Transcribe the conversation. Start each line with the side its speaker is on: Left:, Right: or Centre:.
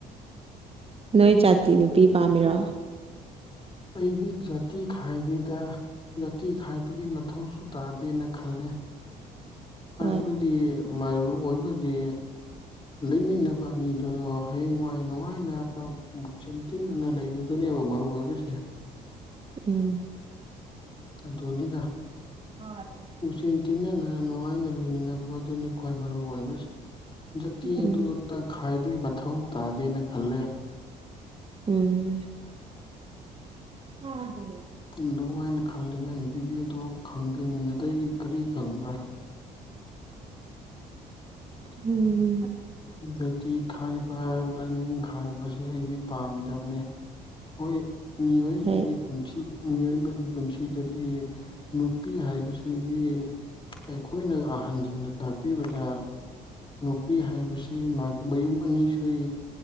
Right: ꯅꯣꯏ ꯖꯥꯇꯤ ꯅꯨꯄꯤ ꯄꯥꯝꯃꯤꯔꯣ
Left: ꯑꯩꯗꯤ ꯖꯥꯇꯤ ꯈꯥꯏꯗꯦꯗ ꯖꯥꯇꯤ ꯈꯥꯏꯕꯒꯤ ꯃꯊꯧꯁꯨ ꯇꯥꯗꯦꯅ ꯈꯜꯂꯦ ꯍꯥꯏꯕꯗꯤ
Right: ꯍꯣꯏ
Left: ꯃꯔꯨ ꯑꯣꯏꯕꯗꯤ ꯂꯩꯃꯤꯟꯅꯕ ꯑꯅꯤꯗꯨ ꯍꯌꯦꯡꯋꯥꯏ ꯅꯨꯡꯉꯥꯏꯅ ꯄꯨꯛꯆꯦꯟ ꯇꯤꯟꯅꯅ ꯂꯩꯕ ꯑꯗꯨꯅꯦꯕ ꯃꯔꯨ ꯑꯣꯏꯕꯁꯦ
Right: ꯎꯝ
Left: ꯑꯗꯨꯅꯤꯗ
Right: ꯃꯥꯅꯤ
Left: ꯄꯨꯛꯆꯦꯟ ꯊꯤꯟꯅꯅ ꯅꯨꯡꯉꯥꯏꯅ ꯂꯩ ꯃꯤꯟ ꯗꯨꯅꯤ ꯈ꯭ꯋꯥꯏ ꯃꯔꯨ ꯑꯣꯏꯕꯁꯦ ꯖꯥꯇꯤ
Right: ꯎꯝ
Left: ꯑꯗꯨ ꯑꯗ ꯈꯥꯏꯕꯒꯤ ꯃꯊꯧ ꯇꯥꯗꯦꯅ ꯈꯜꯂꯦ
Right: ꯎꯝ ꯇꯥꯗꯦ
Left: ꯑꯗꯨꯃꯥꯏꯅ ꯈꯜꯂꯦ ꯑꯩꯒꯤꯗꯤ ꯑꯗꯣ ꯈꯪꯗꯦ ꯃꯤ ꯑꯇꯩꯒꯤ ꯀꯔꯤ ꯈꯟꯕ꯭ꯔꯥ
Right: ꯎꯝ
Left: ꯖꯥꯇꯤ ꯈꯥꯏꯕ ꯂꯥꯏꯅꯤꯡ ꯈꯥꯏꯕꯁꯦ ꯑꯩꯗꯤ ꯄꯥꯝꯗꯝꯅꯦ ꯍꯣꯏ ꯃꯤꯑꯣꯏꯕꯒꯤ
Right: ꯍꯣꯏ
Left: ꯄꯨꯟꯁꯤ ꯃꯤꯑꯣꯏꯕꯒꯤ ꯄꯨꯟꯁꯤꯗꯗꯤ ꯅꯨꯄꯤ ꯍꯥꯏꯕꯁꯤꯗꯤ ꯑꯩꯈꯣꯏꯅ ꯑꯍꯟꯁꯤꯡꯅ ꯇꯥꯛꯄꯤꯕꯗ ꯅꯨꯄꯤ ꯍꯥꯏꯕꯁꯤ ꯃꯥꯒꯤ ꯃꯌꯨꯝ ꯑꯅꯤ ꯁꯨꯏ